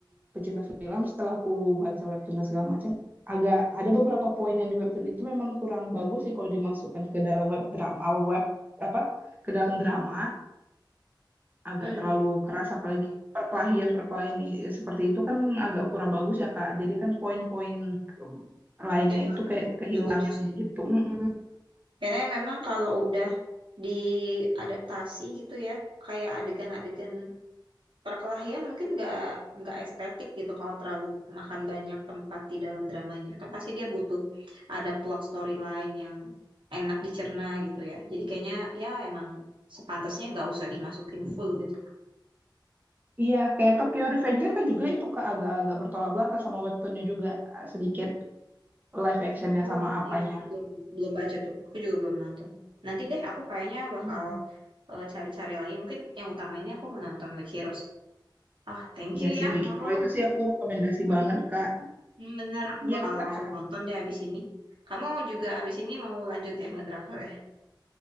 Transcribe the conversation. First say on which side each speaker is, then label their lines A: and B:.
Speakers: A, on the right; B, on the right.
A: pecinta film setelah aku baca webtoon dan segala macam agak ada beberapa poin yang di webtoon itu memang kurang bagus sih kalau dimasukkan ke dalam web drama web apa ke dalam drama agak
B: Hmm.
A: terlalu keras apalagi perkelahian-perkelahian i- seperti itu kan agak kurang bagus ya Kak. Jadi kan poin-poin ke- lainnya
B: Iya, Kak.
A: itu kayak kehilangan
B: setuju sih.
A: gitu. Mm-mm.
B: Karena memang kalau udah diadaptasi gitu ya, kayak adegan-adegan perkelahian mungkin nggak nggak estetik gitu kalau terlalu makan banyak tempat di dalam dramanya kan pasti dia butuh ada plot storyline yang enak dicerna gitu ya jadi kayaknya ya emang sepantasnya nggak usah dimasukin full gitu
A: Iya, kayak Tokyo Revenger kan juga itu Kak agak-agak bertolak belakang sama webtoonnya juga eh, sedikit live actionnya
B: aku
A: sama apanya.
B: iya aku belum belum baca tuh aku juga belum nonton nanti deh aku kayaknya bakal
A: Mm.
B: eh, cari-cari lagi mungkin yang utama ini aku menonton Weak Heroes oh thank
A: Iya
B: you
A: sih,
B: ya
A: Weak
B: Nurul
A: Hero itu sih aku rekomendasi
B: Hmm,
A: banget Kak.
B: hmm, bener aku
A: Iya
B: bakal
A: Kak.
B: langsung nonton deh abis ini kamu juga abis ini mau lanjut ya ngedrakor ya?